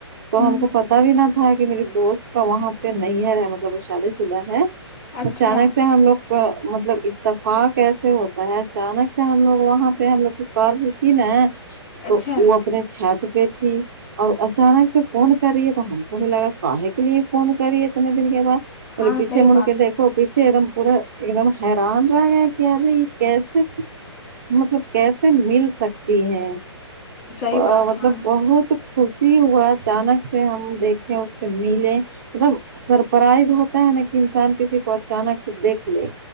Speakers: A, on the right; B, on the left.
A: تو
B: ہوں
A: ہم کو پتا بھی نہ تھا کہ میری دوست ہے وہاں پہ نہیں ہے مطلب وہ شادی شدہ ہے
B: اچھا
A: اچانک سے ہم لوگ کا مطلب اتفاق ایسے ہوتا ہے اچانک سے ہم لوگ وہاں پہ ہم لوگ کی کار رکی نا تو
B: اچھا
A: وہ اپنے چھات پہ تھی اور اچانک سے فون کر رہی ہے تو ہم کو بھی لگا کاہے کے لیے فون کر رہی ہے اتنے دن کے بعد بولی
B: ہاں
A: پیچے
B: صحیح
A: مڑ
B: بات
A: کے دھو پیچھے ایک دم پورا ایک دم حیران رہ گیا کہ اری یہ کیسے مطلب کیسے مل سکتی ہے
B: صحیح بات
A: ا مطلب
B: ہاں
A: بہت خوشی ہوا اچانک سے ہم دیکھیں اس سے ملے مطلب سرپرائز ہو تا ہے نا کہ انسان کسی کو اچانک سے دیکھ لے